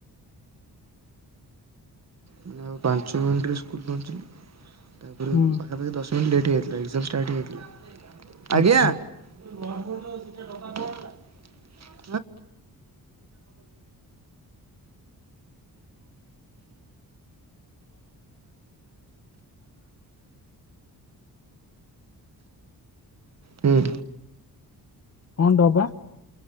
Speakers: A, on the right; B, on the left.
A: ମାନେ ଆଉ ପାଞ୍ଚ ମିନିଟରେ ସ୍କୁଲ ପହଞ୍ଚିଲି ତାପରେ
B: ହୁଁ।
A: ପାଖାପଖି ଦସ ପ ଲେଟ୍ ହେଇାଇଥିଲା ଏଜାମ ଷ୍ଟାର୍ଟ ହେଇଯାଇଥିଲା
B: ଆଚ୍ଛା
A: ଆଜ୍ଞା। <inaudible> <inaudible> <inaudible> <inaudible> ହୁଁ।
B: <inaudible>